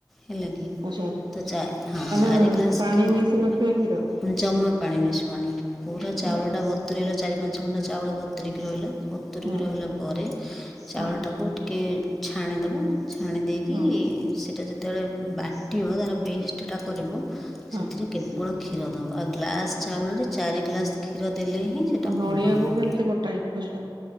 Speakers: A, in the centre; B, on the right (about 65°).
A: ହେଲା କି
B: ଆଚ୍ଛା ଆଛା
A: ତ ଚା ହଁ
B: ମାନେ
A: ଚାରି ଗ୍ଲାସ୍
B: ପାଣି
A: କ୍ଷୀର
B: ମିସିି ନଥିବ ଖିର?
A: ଜମା ପାଣି ମିଶିବନି ପୁରା
B: ହଁ
A: ଚାଉଳ ଟା ବତୁରେଇଲ ଚାରି ପାଞ୍ଚ ଘଣ୍ଟା ଚାଉଳ ଭତୁୁରିକି ରହିଲା ଭତୁୁରିକି
B: ହଁ
A: ରହିଲା ପରେ ଚାଉଳଟାକୁ
B: ହଁ
A: ଟିକେ ଛାଣି ଦବୁ ଛାଣି ଦେଇକି
B: ହଁ
A: ସେଇଟା ଯେ ତେବେଳେ ବାଟିବ ତାର ପେଷ୍ଟ ଟା କରିବ
B: ହଁ।
A: ସେଥିରେ କେବଳ କ୍ଷୀର ଦବ ଆଉ ଗ୍ଲାସ୍ ଚାଉଳରେ ଚାରି ଗ୍ଲାସ କ୍ଷୀର ଦେଲେ ହିଁ ସେଟା
B: ଆଉ ନଡିଆକୁ
A: ଭଲ ହବ
B: ବି ଏମିତି ବଟା ହେଇଥିବ ସେଟା